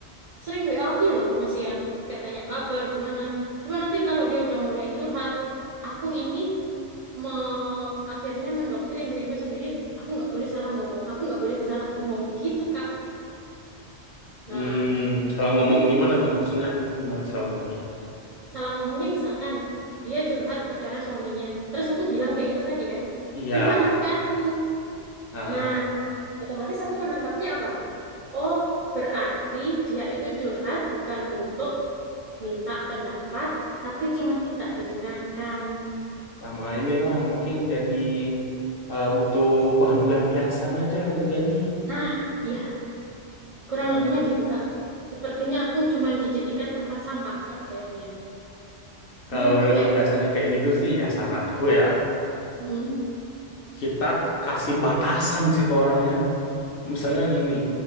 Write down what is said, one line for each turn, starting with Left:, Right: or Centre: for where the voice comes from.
Right: sering WA aku loh Mas Ian kayak tanya kabar gimana cuma nanti kalau dia udah mulai curhat aku ini me akhirnya mendoktrin diriku sendiri aku nggak boleh salah ngomong aku nggak boleh salah ngomong gitu Kak nah
Left: hmm,
Right: akhirnya
Left: salah ngomong gimana tuh? Maksudnya gimana salah ngomongnya?
Right: salah ngomongnya misalkan dia curhat perkara suaminya terus aku bilang kayak itu tadi kan
Left: Iya,
Right: dia marahnya ke aku
Left: ah,
Right: nah
Left: ah,
Right: otomatis aku menangkapnya apa oh berarti dia itu curhat bukan untuk minta pendapat, tapi cuma minta didengarkan.
Left: sama inilah mungkin jadi eh, butuh bahan pelampiasan aja bisa jadi.
Right: Nah, ya, kurang
Left: Nah,
Right: lebihnya gitu, Kak. Sepertinya aku cuma dijadikan tempat sampah, Kak, kayaknya.
Left: kalau
Right: Nah, aku
Left: udah
Right: kayak,
Left: biasanya kayak gitu sih, ya saranku ya
Right: hmm,
Left: kita kasih batasan sih ke orangnya. Misalnya gini,